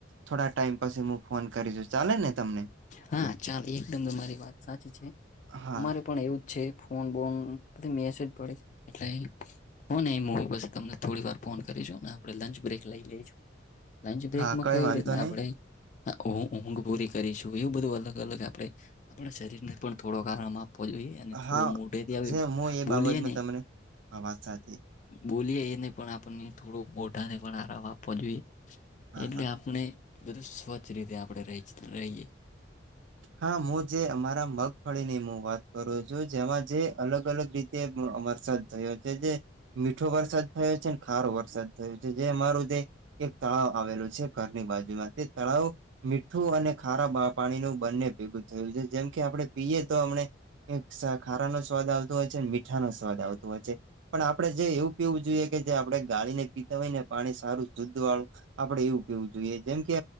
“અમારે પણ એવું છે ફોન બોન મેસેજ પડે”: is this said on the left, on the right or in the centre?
Left